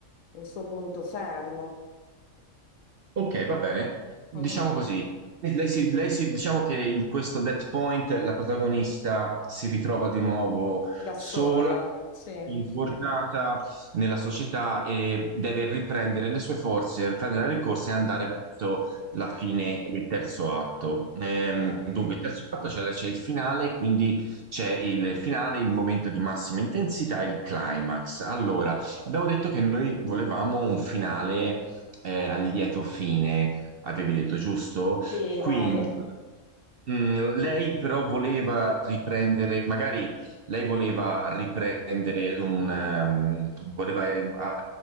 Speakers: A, on the left (about 75°); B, on the right (about 60°).
A: il suo punto fermo.
B: Ok, va bene. Diciamo
A: Mhm.
B: così. Lei si, lei si- diciamo che in questo dead point la protagonista si ritrova di nuovo
A: Da sola,
B: sola,
A: sì.
B: infortunata nella società e deve riprendere le sue forze, riprendere le ricorse e andare verso la fine del terzo atto. Ehm,
A: Ok.
B: dunque, il terzo atto c'è c'è il finale, quindi c'è il finale, il momento di massima intensità, il climax. Allora, abbiamo detto che noi volevamo un finale eh, a lieto fine, avevi detto, giusto?
A: Sì,
B: Quindi
A: dai.
B: Mm, lei però voleva riprendere, magari lei voleva riprendere un, ehm, voleva eh, a-